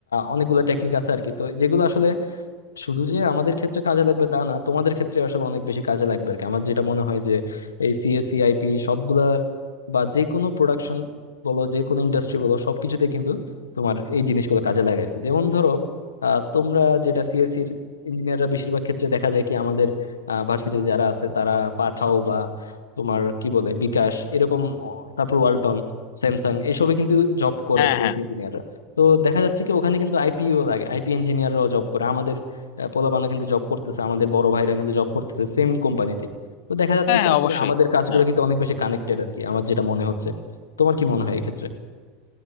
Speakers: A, on the left; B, on the left.
A: অনেকগুলা টেকনিক আছে আর কি তো যেগুলো আসলে শুধু যে আমাদের ক্ষেত্রে কাজে লাগবে তা না তোমাদের ক্ষেত্রে আসলে অনেক বেশি কাজে লাগবে আর কি আমার যেটা মনে হয় যে এই সিএসি আইপি সবগুলার বা যে কোনো প্রোডাকশন বলো যে কোনো ইন্ডাস্ট্রি বলো সবকিছুতে কিন্তু তোমার এই জিনিসগুলো কাজে লাগে আর কি যেমন ধরো আহ, তোমরা যেটা সিএসসির ইঞ্জিনিয়াররা বেশিরভাগ ক্ষেত্রে দেখা যায় কি আমাদের ভার্সিটিতে যারা আছে তারা পাঠাও বা তোমার কি বলে বিকাশ এরকম অ- তারপর ওয়ালটন স্যামসাং এসবে কিন্তু জব করে
B: হ্যাঁ
A: সিএসসি
B: হ্যাঁ
A: ইঞ্জিনিয়াররা তো দেখা যাচ্ছে কি ওখানে কিন্তু আইপিও লাগে আইপি ইঞ্জিনিয়াররাও জব করে পোলাপানও কিন্তু জব করতেছে আমাদের বড় ভাইরা কিন্তু জব করতেছে সেম কোম্পানিতে তো দেখা যাচ্ছে
B: হ্যাঁ
A: কি
B: হ্যাঁ
A: আসলে
B: অবশ্যই
A: আমাদের কাজগুলো
B: হ্যাঁ
A: কিন্তু অনেক বেশি কানেক্টেড আর কি আমার যেটা মনে হচ্ছে তোমার কি মনে হয় এক্ষেত্রে